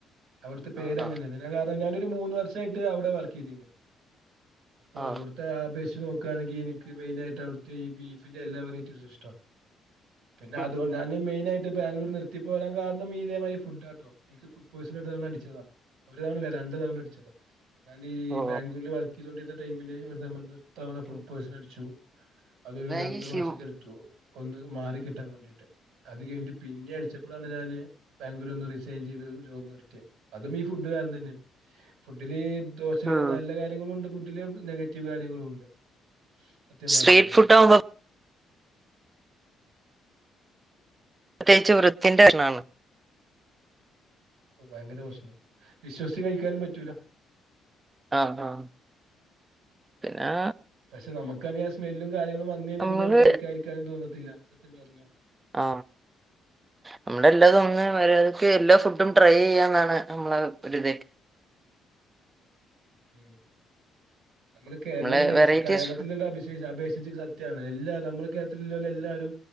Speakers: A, on the right; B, on the right.
A: അവിടുത്തെ പേര്ങ്ങനെയാണ്ഞ
B: ആ ആ
A: <unintelligible> ഒരു മൂന്ന് വർഷായിട്ട് അവിടെ വർക്ക് കിരി നെ അപ്പൊ
B: ആ
A: അവിട്ത്തെ അപേക്ഷച്ച് നോക്കാണെങ്കി എനിക്ക് മെയിനാ യിട്ട് അവിടുത്തെ ഈ ബി പിന്നെഎല്ലാവരേറ്റു സിഷ്ടാണ് പിന്നെ <unintelligible>
B: ഉം
A: അതൊ മെയിനായിട്ട് ബാംഗ്ലൂർ നിർത്തി പോരാൻ കാരണം ഇതേമാതിരി ഫുഡാട്ടോ എനിക്ക് ഫുഡ് പോയിസൺ എടുത്ത തവണ അടിച്ചതാ ഒരു തവണ ല്ല രണ്ട് തവണ അടിച്ചതാ ഞാനീ
B: ഓ
A: ബാംഗ്ലൂരിൽ വർക്ക് ഇതൊണ്ടിട്ട ടൈമില്ല് <unintelligible> ത്തവണ ഫുഡ്
B: ഉം
A: പോയ്സൺ അടിച്ചു അതൊരു
B: നൈസ്
A: രണ്ടു മാസക്കെ
B: യു.
A: എടുത്തു ഒന്ന് മാറി കിട്ടാൻ വേണ്ടിട്ട് അത് കഴിട്ട് പിന്നെ അടിച്ചപ്പോഴാണ് ഞാന് ബാംഗ്ലൂരു ഒന്ന് റിസൈൻ ചെയ്ത് ജോബ് നിർത്തിയ അതും ഈ ഫു ഫുഡ് കാരണം തന്നെ ഫുഡില് ദോഷകര
B: ഉം
A: നല്ല കാര്യങ്ങളും ഉണ്ട് ഫു വീട്ട്ല് നെഗറ്റീവ് കാര്യങ്ങളും ഉണ്ട് സത്യം
B: സ്ട്രീറ്റ്
A: പറഞ്ഞു കഴിഞ്ഞാൽ
B: ഫുഡ് ആവുമ്പോ പ്രത്യേച്ച് വൃത്തിന്റെ ണ്ണാണ്
A: ആ ഭയങ്കര പ്രശ്നാണ് വിശ്വസിച്ച് കഴിക്കാനും പറ്റൂ.
B: ആ ആ പിന്നെ
A: പക്ഷെ നമുക്കാണെങ്കി ആ സ്മെല്ലും കാര്യങ്ങളും വന്നായ്ഞ്ഞാ
B: നമ്മള്
A: പിന്നെക്ക കഴിക്കാരിക്കാനും തോന്നത്തില്ല സത്യം പറഞ്ഞ
B: ആ നമ്മുടെ എല്ലാ തോന്ന മര്യാദക്ക് എല്ലാ ഫുഡും ട്രൈ ചെയ്യാന്നാണ് നമ്മള ഒരു ഇത്
A: ഉം നമ്മള് കേരളം
B: നമ്മളെ
A: ബേസ്
B: വെറൈറ്റീസ്
A: കേരളത്തിലല്ലാം അബി അപേഷി സത്യാണ് എല്ലാരും നമ്മുടെ കേരളത്തില എല്ലാരും